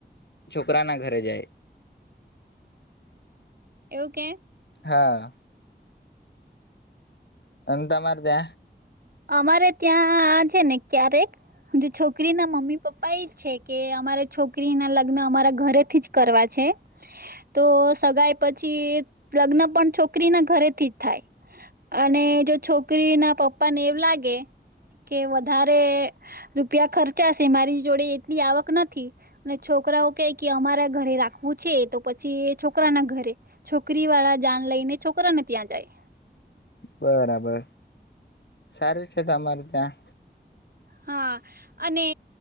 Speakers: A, on the left; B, on the right.
A: છોકરા ના ઘરે જાય
B: એવું કે
A: હા એતા મારદે
B: અમારે ત્યાં આ છે ને ક્યારેક છોકરી ના મમ્મી પપ્પા એજ છે કે અમારે છોકરી ના લગ્ન અમારા ઘરેથી જ કરવા છે તો સગાઈ પછી લગ્ન પણ છોકરી ના ઘરેથી જ થાય અને જો છોકરી ના પપ્પા પપ્પાને એવ લાગે કે વધારે રૂપિયા ખર્ચાશે મારી જોડે એટલી આવક નથી અને છોકરાઓ કે કે અમારા ઘરે રાખવું છે તો પછી છોકરા ના ઘરે છોકરી વાળા જાન લઈને છોકરાને ત્યાં જાય
A: બરાબર સારું છે તમારે ત્યાં
B: હા અને